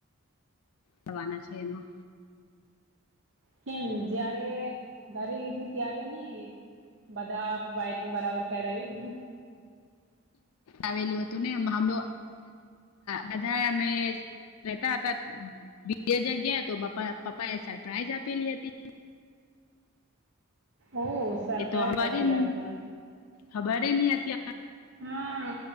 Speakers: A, on the left; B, on the right.
A: થવાના છે એમાં
B: કેમ જયારે ઘરે લીધું ત્યારે નઈ બધા વાયરિંગ બરાબર કરાઈ રયુ.
A: આવેલું હતું ને હમ બધા અમે રેહતા હતા બીજા જગ્યા તો પા પપા એ સરપ્રાાઈઝ આપેલી હતી.
B: ઓ સરપ્રાાઈઝ
A: એ તો અમારી
B: આપેલા હતા.
A: ખબર નય અત્યાર
B: હા